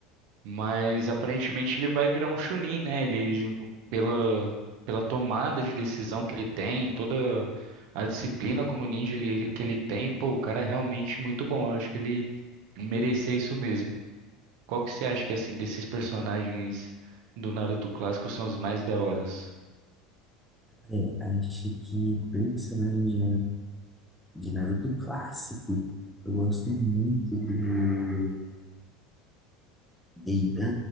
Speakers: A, on the right; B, in the centre.
A: mas aparentemente ele vai virar um Chunin, né? Ele, pela, pela tomada de decisão que ele tem, toda a disciplina como ninja ele- que ele tem, pô, o cara é realmente muito bom. Eu acho que ele merecia isso mesmo. Qual que você acha que, assim, desses personagens do Naruto clássico são os mais da horas?
B: É, acho que personagem de, de Naruto clássico, eu gosto muito do Deida,